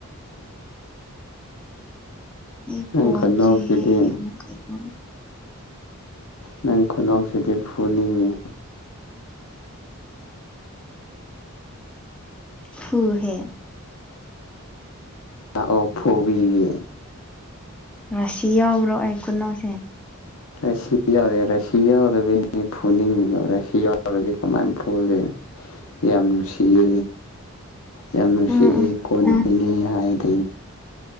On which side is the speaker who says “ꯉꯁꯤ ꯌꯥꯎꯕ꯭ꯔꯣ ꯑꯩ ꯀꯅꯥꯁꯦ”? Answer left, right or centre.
Centre